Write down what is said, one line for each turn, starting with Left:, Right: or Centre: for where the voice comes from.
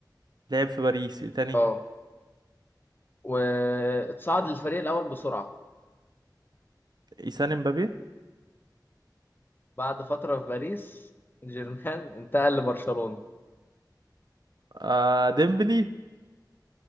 Right: لعب في باريس إيه تاني
Left: اه واتصعد للفريق الأول بسرعة
Right: إيسان امبابي
Left: بعد فترة في باريس جيرمان <laughs> انتقل لبرشلونة
Right: آه ديمبلي